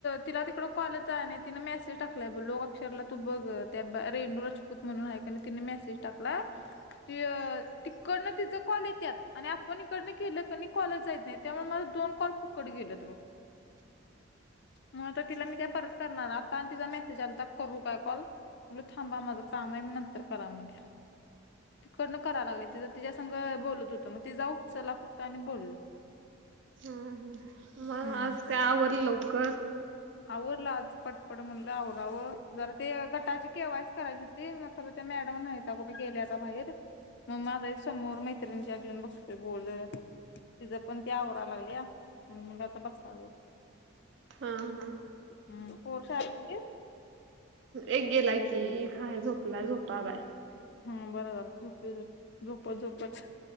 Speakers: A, on the left; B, on the right.
A: तिला तिकड कॉलच आहे नाही तिनं मेसेज टाकलाय ब लोक अक्षरला तू बघत त्या रेणू राजपूत म्हणून आहे आणि तिने मेसेज टाकला की तिकडन तिच कॉल येत्यात आणि आपण इकड केेलं क कॉलच जात नाही त्यामुळे मला दोन कॉल फुकटच गेलत बघ.
B: <inaudible>
A: मण तर तिला मी काय परत करणार आता आणि तिचा मेसेज आता करू काय कॉल. म्हलं थांबा माझं काम आहे मी नंतर करा म्हट- तिकडनं कराय लागले तिं तिच्या सं- बोलत होतो मग ते जाऊ चला फक्त आणि बोलल.
B: हम ह मग
A: हम्म
B: आज काय आवरल लवकर.
A: आवरलाआज पटपट म्हणलं आवरावं जरा ते गटाचे केवायसीच करायचे हो. ते मग खरं त्या मॅडम नाहीता कुठे गेल्या आता बाहेर. मग माता एक समोर मैत्रिणीच्या अऊन बसलोय बोलत. तिझं पण ती आवरा लागली मग आता बसावं.
B: हा हा.
A: हमम पोर शाळेत गेली.
B: एक गेला की, खाय झोपला झोपा बाय.
A: हम्म बराबर, झोपे झोपे, झोपच झोपच.